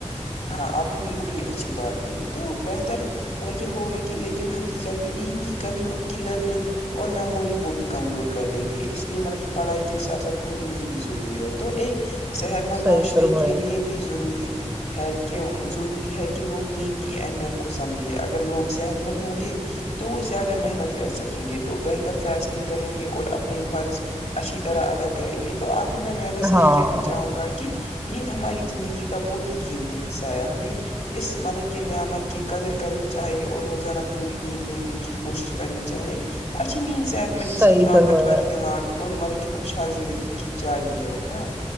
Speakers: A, on the left; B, on the right.
A: ہاں آپ نے بالکل ہی اچھی بات کہی تو بہتر مطلب کی ہوگا کی لیکن حقیقت میں نیند کی کمی ان کی لرننگ اور میموری کو بھی کمزور کر دیتی ہے اس لیے مطلب کی پڑھائی کے س سب پوری نیند بھی ضروری ہے تو ایک صحت مند
B: صحیح
A: معاشرے
B: فرمائے
A: کے لیے بھی ضروری ہے کیو ضروری ہے کے لوگ نیند کی اہمیت کو سمجھے اگر لوگ صحت مند ہوں گے تو وہ زیادہ محنت کر کر سکیں گے تو بہتر فیصلے کریں گے اور اپنے فرض اچھی طرح ادا کریں گے تو تو آخر میں میں بس یہی
B: ہاں
A: کہنا چاہوں گا کی نیند ہماری زندگی کا بہت ہی قیمتی حصہ ہے ہمیں اس مطلب کی نعمت کی قدر کرنی چاہے اور روزانہ پوری نیند لینے کی کوشش کرنی چاہے اچھی نیند صحت میں
B: صحیح
A: جسم طاقتور
B: فرمایا
A: دماغ اور مطلب کہضی خوشحال زندگی کی چابی ہے ہے نا